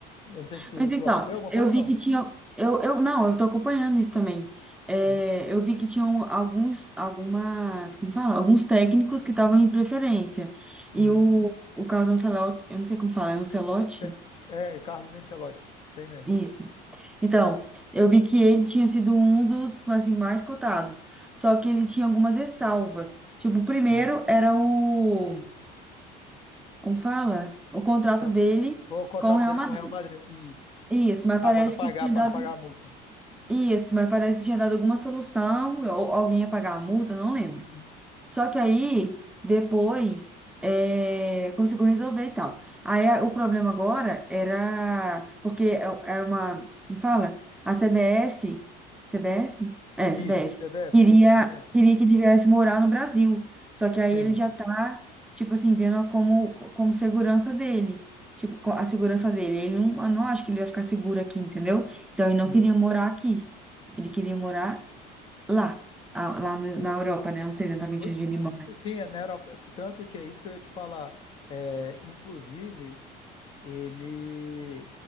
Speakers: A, on the left; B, in the centre.
A: Eu não sei se tu,
B: Mas então,
A: tu acompanha alguma
B: eu
A: coisa
B: vi
A: ou não.
B: que tinha. Eu, eu, não, eu tô acompanhando isso também. É,
A: Uhum,
B: eu vi que tinham alguns, algumas, como fala? Alguns técnicos que estavam em preferência.
A: uhum.
B: E o, o Carlos Ancelotti, eu não sei como falar, é Ancelotti?
A: Cê- É, Carlos Ancelotti, sei mesmo.
B: Isso. Então, eu vi que ele tinha sido um dos, assim, mais cotados. Só que ele tinha algumas ressalvas. Tipo, o primeiro
A: Uhum.
B: era o, como fala? O contrato
A: Tá.
B: dele
A: O contrato
B: com o Real
A: dele
B: Madrid.
A: com o Real Madrid, isso.
B: Isso, mas
A: Ah,
B: parece
A: para não pagar,
B: que tinha
A: para
B: dado
A: não pagar a multa.
B: Isso, mas parece que tinha dado alguma solução, ou alguém ia pagar a multa, não lembro.
A: Uhum.
B: Só que aí, depois, é, conseguiu resolver e tal. Aí a- o problema agora era. Porque é- era uma. Como fala? A CBF. CBF? É,
A: Isso,
B: CBF.
A: CBF,
B: Queria,
A: isso, CBF.
B: queria que ele viesse morar no Brasil. Só que aí
A: Sim.
B: ele já tá, tipo assim, vendo como, como segurança dele. Tipo, co- a segurança dele. Ele não, eu não acho que ele vai ficar seguro aqui, entendeu? Então ele não
A: Uhum.
B: queria morar aqui. Ele queria morar Lá, a- lá no- na Europa, né? Eu Não sei exatamente
A: Oi,
B: onde ele mora.
A: s- Sim, é na Europa. é, Tanto que é isso que eu ia te falar. É, inclusive. Ele.